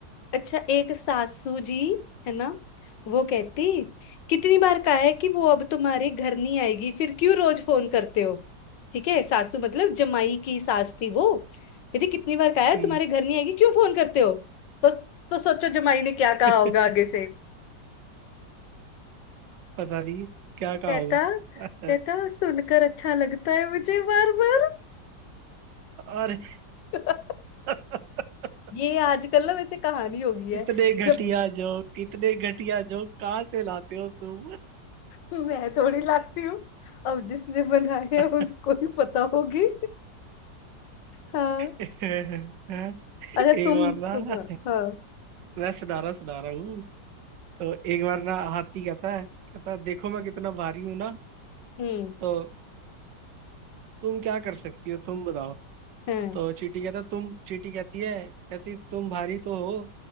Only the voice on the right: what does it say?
हम्म,
<laughs>
पता नहीं क्या कहा
होगा <laughs>
और
<laughs>
इतने
घटिया जोक कितने घटिया जोक कहाँ से लाते हो तुम
<laughs>
एक
बार
ना
मैं सुना रहा सुना रहा हूँ तो एक बार ना हाथी कहता है कहता है देखो मैं कितना भारी हूँ ना
तो तुम क्या कर सकती हो तुम बताओ
तो चींटी कहता तुम चींटी कहती है कहती तुम भारी तो हो